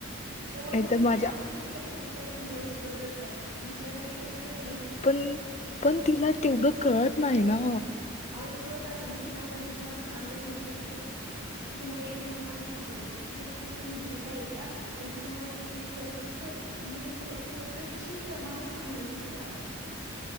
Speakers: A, on the right; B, on the left.
A: तर
B: नाहीतर
A: मग
B: माझ्या
A: चांगला आहे की तुम्ही त्या पोरीसाठी एवढं करत आहेत
B: पण पण तिला तेवढं कळत नाही ना
A: अहो कळत असं ना तिला पण ती तुम्हाला सांगत नस कधी ती तुम्हाला एकद निवान सांगन तिला फक्त तुम्ही भेटाल मग तुम्हाला भेटून सविस्तर नीट पद्धतशीर प्रमाणे सांग ती तुम्हाला